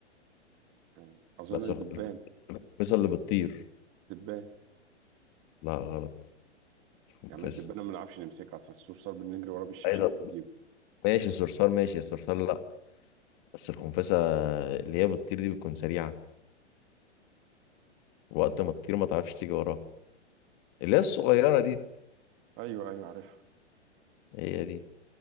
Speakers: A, on the right; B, on the left.
A: آه، أظن
B: بس
A: الدبان
B: الخ- الخنفسة اللي بتطير
A: الدبان
B: لا غلط الخنفسة
A: يعني الدبانة ما بنعرفش نمسكها أصلا السور صار بنجري وراه بالشبشب
B: عايز
A: بنجيبه
B: ماشي الصرصار ماشي الصرصار لا بس الخنفسة اللي هي بتطير دي بتكون سريعة وقت ما تطير ما تعرفش تيجي وراها اللي هي الصغيرة دي
A: أيوه أيوه عارفها
B: هي دي